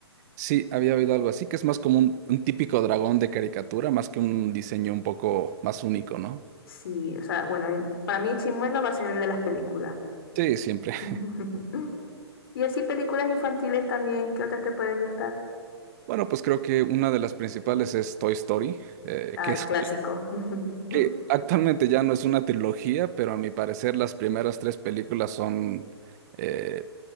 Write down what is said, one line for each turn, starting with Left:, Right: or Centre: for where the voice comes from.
Right: sí, había oído algo así, que es más como un, un típico dragón de caricatura, más que un diseño un poco más único, ¿no?
Left: Sí, o sea, bueno, y para mí Chimuelo va a ser el de las películas.
Right: Sí, siempre. <laughs>
Left: <laughs> Y así películas infantiles también, ¿qué otras te pueden gustar?
Right: Bueno, pues creo que una de las principales es Toy Story, eh,
Left: Ah,
Right: que es
Left: el clásico. <laughs>
Right: que actualmente ya no es una trilogía, pero a mi parecer las primeras tres películas son, eh,